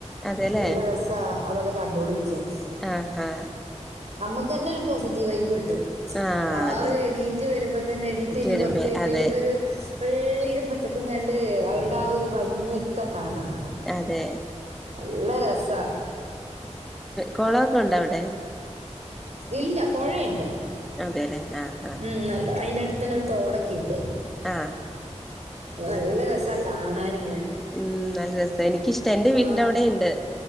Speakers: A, in the centre; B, on the right.
A: അതെല്ലേ
B: നല്ല രസ അതൊക്കെ കണ്ടോണ്ടിരിക്കാൻ
A: ആഹാ
B: അമ്മ ക്കെന്നൊരു പോസിറ്റീവ് വൈബ് കിട്ടും
A: ആഹ്
B: രാവിലെ
A: അതെ
B: എണീറ്റ് വരുമ്പോ തന്നെ എണീറ്റ് കഴിഞ്ഞ്
A: വരുമ്പോ
B: കൊറച്ചയ്യുമ്പഴ്
A: അതെ
B: ക്കൊരൊരു വെള്ളിരെ പച്ചപ്പും കണ്ട് അവരുടെ ആ ഒരു ഭംഗിയൊക്കെ കാണാം
A: അതെ
B: നല്ല രസാ
A: കൊളൊക്കൊണ്ടോ അവടെ
B: ഇല്ല പൊഴയ്ണ്ട്
A: അതെല്ലേ ആഹ് ആഹ്
B: ഉം നല്ല അയിന്റെ അട്ത്തെന്നൊരു തോടൊക്കെണ്ട്
A: ആ
B: നല്ല രസം കാണാന്
A: ഉം നല്ല രസം എനിക്കിഷ്ട എൻ്റെ വീട്ടിന്റവടെണ്ട്
B: ആ